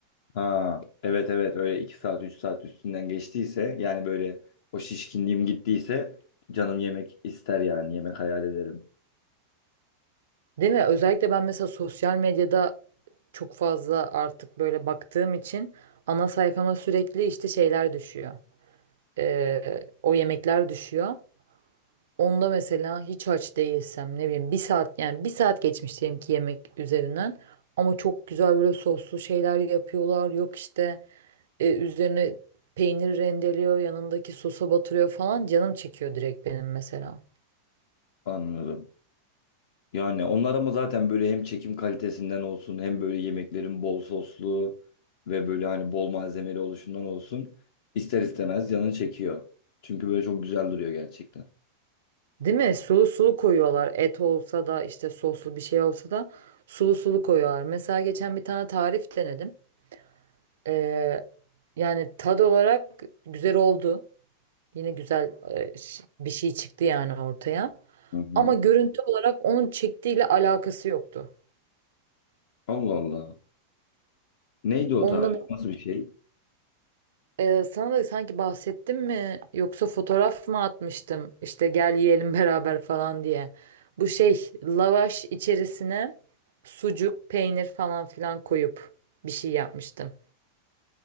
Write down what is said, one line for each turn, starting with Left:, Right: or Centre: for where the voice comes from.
Left: Ha, evet evet öyle iki saat 3 saat üstünden geçtiyse yani böyle o şişkinliğim gittiyse canım yemek ister yani yemek hayal ederim.
Right: Değil mi? Özellikle ben mesela sosyal medyada çok fazla artık böyle baktığım için ana sayfama sürekli işte şeyler düşüyor. Ee, o yemekler düşüyor. Onda mesela hiç aç değilsem ne bileyim bir saat yani bir saat geçmiş diyelim ki yemek üzerinden ama çok güzel böyle soslu şeyler yapıyorlar. Yok işte e, üzerine peynir rendeliyor, yanındaki sosa batırıyor falan canım çekiyor direkt benim mesela.
Left: Anladım. Yani onlar ama zaten böyle hem çekim kalitesinden olsun hem böyle yemeklerin bol soslu ve böyle hani bol malzemeli oluşundan olsun ister istemez canın çekiyor. Çünkü böyle çok güzel duruyor gerçekten.
Right: Değil mi? Sulu sulu koyuyorlar. Et olsa da işte soslu bir şey olsa da sulu sulu koyuyorlar. Mesela geçen bir tane tarif denedim. Ee, yani tad olarak güzel oldu. Yine güzel e, ş- bir şey çıktı yani ortaya.
Left: Hı hı.
Right: Ama görüntü olarak onun çektiğiyle alakası yoktu.
Left: Allah Allah. Neydi o
Right: Onda
Left: tarif? Nasıl bir şey?
Right: Ee, sana da sanki bahsettim mi yoksa fotoğraf mı atmıştım işte gel yiyelim beraber falan diye. Bu şey lavaş içerisine sucuk, peynir falan filan koyup bir şey yapmıştım.